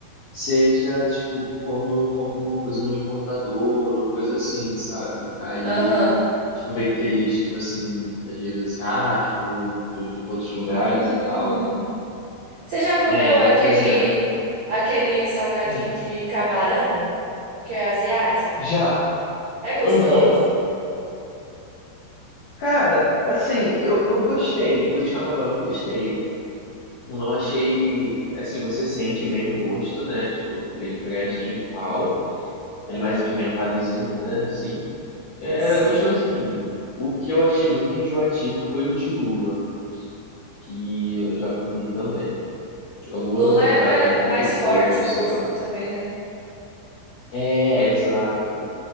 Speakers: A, on the left; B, on the right.
A: seja, tipo, quando eu compro alguma coisa numa importadora ou coisa assim, sabe? Aí,
B: Aham.
A: tipo, vem aqueles, assim, às vezes asiático, de outros lugares
B: Hum.
A: e tal, né?
B: Você já comeu
A: É, então,
B: aquele
A: por exemplo,
B: aquele salgadinho
A: hum,
B: de camarão, que é asiático?
A: já.
B: É gostoso?
A: Aham. Cara, assim, eu, eu gostei. O de camarão eu gostei. Eu não achei
B: Hum.
A: ele. Assim, você sente bem o gosto, né? Tipo, ele pegadinho e tal.
B: Aham.
A: Ele mais apimentadozinho, né? Assim. É,
B: Sim.
A: é é gostosinho. O que eu achei muito enjoativo foi o de Lula, que eu já comi também. Lula,
B: Lula é mais,
A: é, era Lula
B: mais forte
A: polvo,
B: o
A: sei
B: gosto
A: lá.
B: também, né?
A: É, exato.